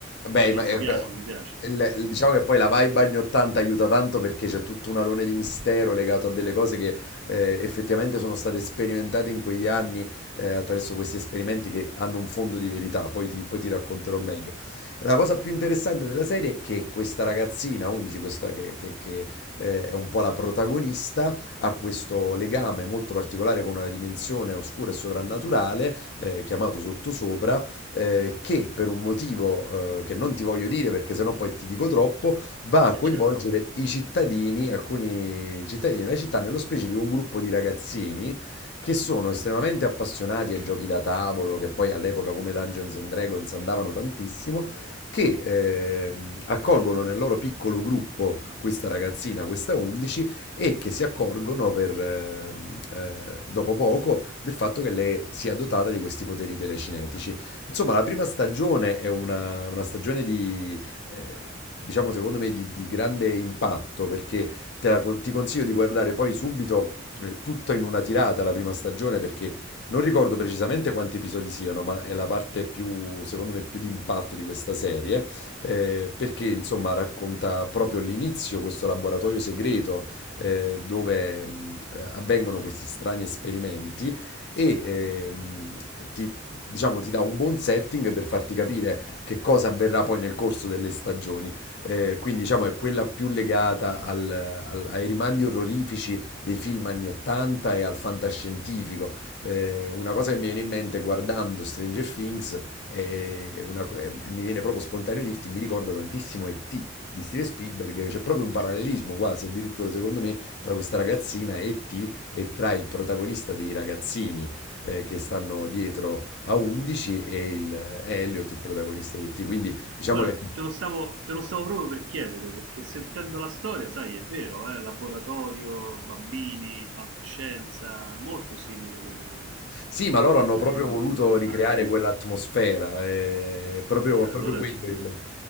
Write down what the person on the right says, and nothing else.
Sì,
mi
piace,
mi piace.
Mm,
è
certo.
Guarda,
te lo stavo, te lo stavo proprio per chiedere, perché sentendo la storia, sai, è vero, eh, laboratorio, bambini, fantascienza, molto simile come,
come
immagine.
Eh,
allora
già,